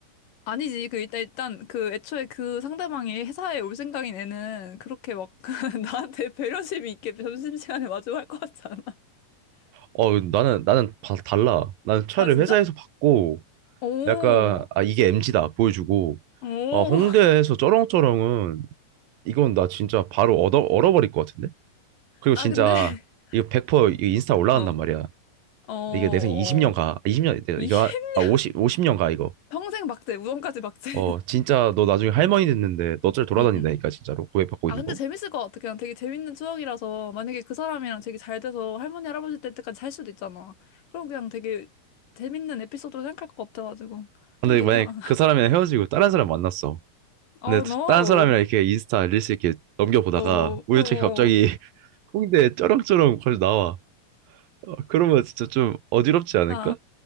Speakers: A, on the left (about 65°); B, on the right (about 75°).
A: 아니지. 그, 일단, 일단, 그, 애초에 그 상대방이 회사에 올 생각인 애는 그렇게 막, <laughs> 나한테 배려심이 있게 점심시간에 마주할 것 같지 않아?
B: 어, 나는 나는 바- 달라. 나는 차라리
A: 아, 진짜?
B: 회사에서 받고
A: 오,
B: 약간 아 이게 MG다 보여주고
A: 오.
B: 아 홍대에서 쩌렁쩌렁은 이건 나 진짜 바로 얻어 얼어버릴 것 같은데. 그리고
A: 아,
B: 진짜
A: 근데, <laughs>
B: 이거 100% 이거 인스타 올라간단
A: 어,
B: 말이야.
A: 어,
B: 이게 내 생에 20년
A: 어.
B: 가. 20년
A: 이,
B: 이거
A: <laughs>
B: 하- 아 50, 50년 가 이거.
A: 평생 박제, 우정까지 박제.
B: 어 진짜
A: <laughs>
B: 너 나중에 할머니 됐는데 너 어쩔 돌아다닌다니까
A: 응응.
B: 진짜로 고해받고
A: 아,
B: 있는
A: 근데
B: 거.
A: 재밌을 것 같아. 그냥 되게 재밌는 추억이라서 만약에 그 사람이랑 되게 잘 돼서 할머니, 할아버지 될 때까지 살 수도 있잖아. 그럼 그냥 되게 재밌는 에피소드로 생각할 것 같아가지고. 그럼
B: 근데
A: 괜찮아.
B: 만약
A: <laughs>
B: 그 사람이랑 헤어지고 다른 사람 만났어.
A: Oh
B: 근데
A: no.
B: 다른 사람이랑 이렇게 인스타 릴스 이렇게 넘겨보다가
A: 어, 어,
B: 우연찮게
A: 어. 어,
B: 갑자기
A: 어.
B: <laughs> 홍대 쩌렁쩌렁 거기 나와. 어, 그러면 진짜 좀 어지럽지 않을까?
A: 아,